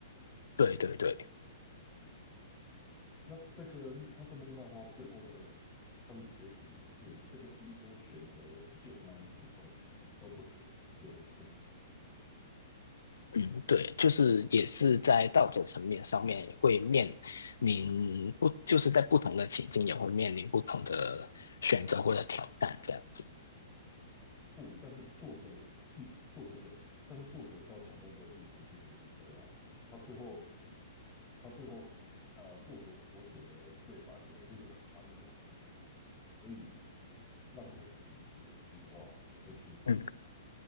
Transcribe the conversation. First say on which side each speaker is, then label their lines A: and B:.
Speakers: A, on the left (about 85°); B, on the left (about 15°).
A: 对对对。
B: 那这个那这部漫画最后的它的结局是，这个医生选择了救那一只动物，而不是选择救政府。
A: 嗯，对，就是也是在道德层面上面会面临不，就是在不同的情境也会面临不同的选择或者挑战这样子。
B: 不，但是作者一作者讲，但是作者要强调的意思并不是这样子。他最后他最后呃，作者所写的对白，我觉得蛮有可以让人醒思的一句话，就是
A: 嗯